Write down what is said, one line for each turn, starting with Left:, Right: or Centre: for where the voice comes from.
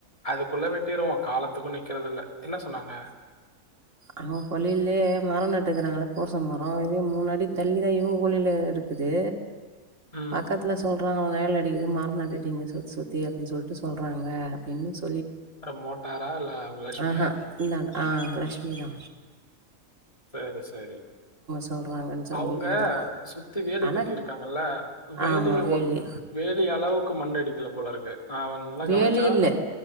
Left: அதுக்குள்ள வெட்டிடுவோ காலத்துக்கும் நிக்கிறது இல்ல என்ன சொன்னாங்க
Right: அவங்க கொல்லிலயே மரம் நட்டுக்கிறாங்கள போர்ச மரம் இதே மூணாடி தள்ளி தா இவங்க கொள்ளில இருக்குது
Left: ம்.
Right: பக்கத்துல சொ ல்றாங்க நெழல் அடிக்கிது மரொ நடுடிங்க சுத் சுத்தி அப்டின் சொல்ட்டு சொல்றாங்க அப்டின்னு சொ
Left: அர மோட்டாரா இல்ல அவ்ங்க லஷ்மியா
Right: ஆஹா இந்தாண்ட ஆ லக்ஷ்மிதா
Left: சேரி சேரி
Right: சொல்றாங்கன்னு சொல்லியிருந்தா
Left: அவுங்க சுத்தி வேலி
Right: ஆனா
Left: கட்டிருக்காங்கல்ல வேலிய
Right: ஆமா வேலி
Left: ஒட் வேலி அளவுக்கு மண் அடிக்கில போலருக்கு ஆ அவ நல்லா
Right: வேலி
Left: கவனிச்சா
Right: இல்ல